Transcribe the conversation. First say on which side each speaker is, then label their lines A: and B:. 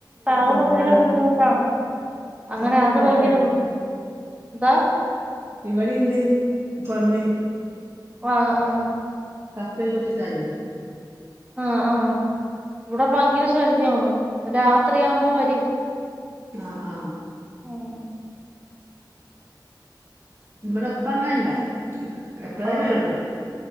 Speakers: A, on the right (about 15°); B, on the right (about 35°).
A: അത്
B: പന്നികള്
A: ഭയങ്കര ബുദ്ധിമുട്ടാണ് അങ്ങനെയത്
B: കപ്പ ഇണ്ടാക്കിയാല്
A: ഭയങ്കര ബു ന്താ
B: ഇവിടിണ്ട് പന്നി
A: ആ ആ
B: പ്പേ കുയ്ച്ചിട്ടാരെ
A: ആ ആ ഇവടെ ഭയങ്കര ശല്യാണ് രാത്രിയാവുമ്പോ വരും.
B: ആ ആ
A: ഉം
B: ഇവടെപ്പങ്ങനെല്ല എപ്പളേലും
A: ആഹ്
B: വെരൊള്ളൂ